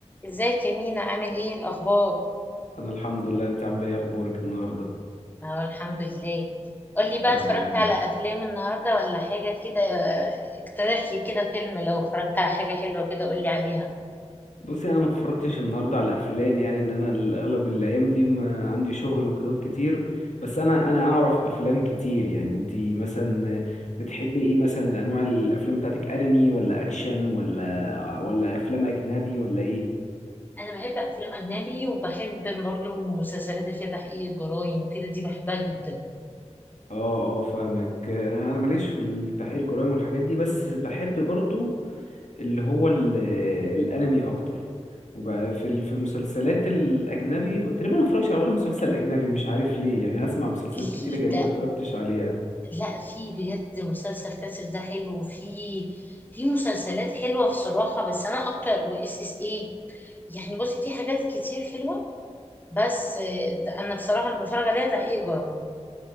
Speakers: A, on the left; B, on the left.
A: ازيك يا مينا عامل ايه الاخبار
B: انا الحمد لله انت عامله ايه اخبارك النهارده
A: اه الحمد لله قولي بقى
B: يا رب
A: اتفرجت
B: دايما
A: على افلام النهارده ولا حاجه كده اقترح لي كده فيلم لو اتفرجت على حاجه حلوه كده قولي عليها
B: بصي انا ما اتفرجتش النهارده على افلام يعني ان انا الاغلب الايام دي ما عندي شغل وكده كتير بس انا
A: اه
B: انا اعرف افلام كتير يعني انت مثلا بتحبي ايه مثلا الانواع الافلام بتاعتك انمي ولا اكشن ولا ولا افلام اجنبي ولا ايه
A: انا بحب افلام اجنبي وبحب برضو المسلسلات اللي فيها تحقيق الجرايم وكده دي بحبها جدا
B: اه اه فاهمك انا انا ماليش في التحقيق الجرائم والحاجات دي بس بحب برضو اللي هو ال- الانمي اكتر وبقى في ال- في المسلسلات الاجنبي ب- تقريبا ما اتفرجش على ولا مسلسل اجنبي مش عارف ليه يعني اسمع مسلسلات
A: ليه
B: كتيره جميله
A: ده
B: اتفرجتش عليها
A: لا في بجد مسلسل كاسل ده حلو وفي في مسلسلات حلوه بصراحه بس انا اكتر واس اس ايه يعني بصي في حاجات كتير حلوه بس آه، انا بصراحه اللي بتفرج عليها تحقيق جرامي